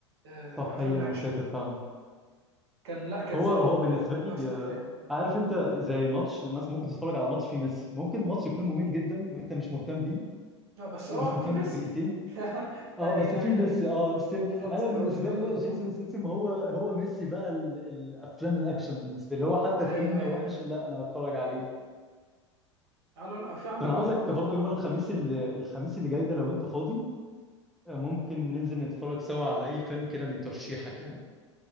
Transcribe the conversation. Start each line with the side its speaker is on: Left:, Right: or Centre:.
Right: آه،
Centre: صح
Right: في افلام
Centre: حقيقي
Right: الاكشن
Centre: أنا فاكر فعلا
Right: كان لا كان
Centre: هو
Right: نزل
Centre: هو
Right: له
Centre: بالنسبه
Right: كان نزل
Centre: لي
Right: له احسن
Centre: آه،
Right: افلام
Centre: عارف انت زي ماتش مثلا ممكن تتفرج على ماتش فيه ميسي ممكن الماتش يكون ممل جدا وانت مش مهتم بيه
Right: لا بس
Centre: ومش
Right: هو
Centre: مهتم
Right: في ميسي
Centre: بالفرقتين
Right: <laughs>
Centre: اه
Right: ايوه
Centre: بس فيه
Right: ايوه
Centre: ميسي
Right: ايوه
Centre: اه ستيل
Right: بالظبط
Centre: انا
Right: وجهة
Centre: بالنسبه لي
Right: النظر
Centre: بقى جيسون
Right: مفهوم
Centre: ستاثام هو هو ميسي بقى ال- الافلام الاكشن بالنسبه لي هو حتى
Right: ايوه
Centre: الفيلم
Right: ايوه
Centre: لو وحش
Right: ايوه
Centre: لا انا هتفرج عليه
Right: لا لا لا، في عندك
Centre: طب انا
Right: وجهة
Centre: عاوزك
Right: نظر
Centre: برضو
Right: طبعا
Centre: يوم الخميس اللي الخميس اللي جاي ده لو انت فاضي آه، ممكن ننزل نتفرج سوا على اي فيلم كده من ترشيحك يعني